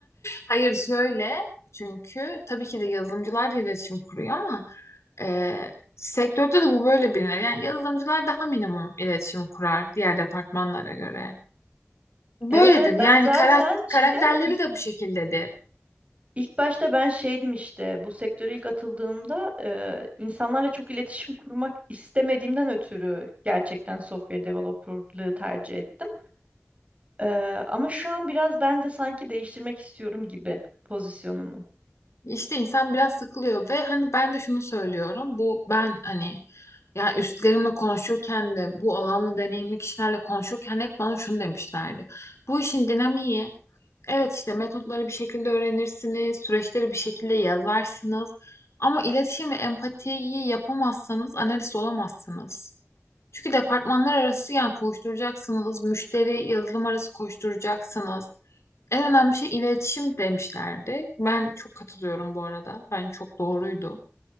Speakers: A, on the left; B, on the right.
A: hayır şöyle çünkü tabii ki de yazılımcılar da iletişim kuruyor ama Ee, sektörde de bu böyle bilinir. Yani yazılımcılar daha minimum iletişim kurar diğer departmanlara göre. Böyledir.
B: Evet evet
A: Yani
B: ben zaten
A: kara-
B: Çiğdem
A: karakterleri
B: ilk,
A: de bu şekildedir.
B: ilk başta ben şeydim işte bu sektöre ilk atıldığımda e, insanlarla çok iletişim kurmak istemediğimden ötürü gerçekten software developerlığı tercih ettim. E, ama şu an biraz ben de sanki değiştirmek istiyorum gibi pozisyonumu.
A: İşte insan biraz sıkılıyor ve hani ben de şunu söylüyorum. Bu ben hani ya üstlerimle konuşurken de bu alanla deneyimli kişilerle konuşurken hep bana şunu demişlerdi. Bu işin dinamiği Evet işte metotları bir şekilde öğrenirsiniz, süreçleri bir şekilde yazarsınız. Ama iletişim ve empatiyi yapamazsanız analist olamazsınız. Çünkü departmanlar arası yani koşturacaksınız, müşteri yazılım arası koşturacaksınız. En önemli şey iletişim demişlerdi. Ben çok katılıyorum bu arada. Bence çok doğruydu.